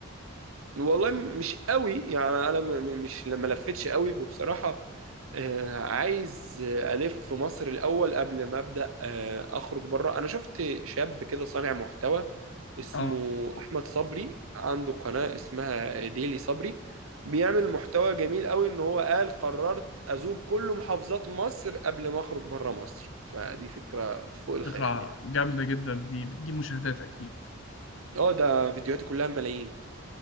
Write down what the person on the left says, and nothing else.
اه
فكره
جامده جدا دي بتجيب مشاهدات اكيد